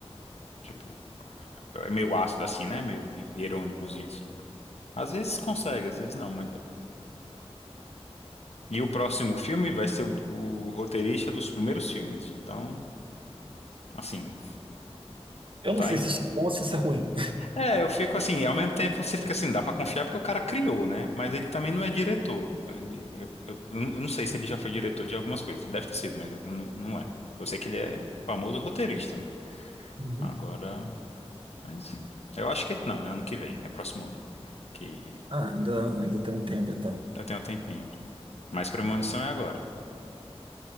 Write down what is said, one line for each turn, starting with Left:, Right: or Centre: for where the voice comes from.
Left: tipo, olha, é meio ácido, assim, né? Meio i- irônicozinho, assim. Às vezes consegue, às vezes não, mas. E o próximo filme vai ser o, o roteirista dos primeiros filmes. Então, assim,
Right: Eu
Left: tá
Right: não sei se isso é bom ou se isso é ruim.
Left: É, eu fico assim, ao mesmo tempo você fica assim, dá pra confiar porque o cara criou, né? Mas ele também não é diretor. Ele, eu, eu- eu não eu não sei se ele já foi diretor de algumas coisas. Deve ter sido, mas eu não, não lembro. Eu sei que ele é famoso roteirista, né?
Right: Uhum.
Left: Agora, mas eu acho que não, é ano que vem, é próximo ano, que
Right: Ah, ainda, ainda tem um tempo, então.
Left: ainda tem um tempinho. Mas Premonição é agora.